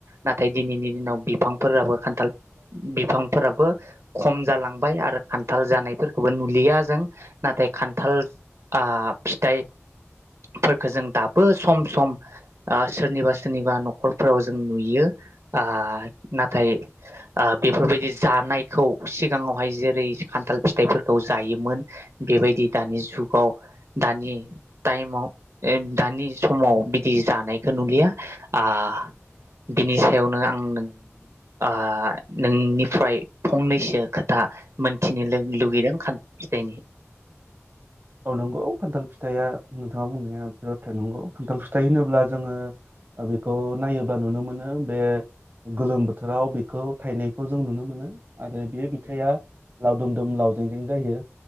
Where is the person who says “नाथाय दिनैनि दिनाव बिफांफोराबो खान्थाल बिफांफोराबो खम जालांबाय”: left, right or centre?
Right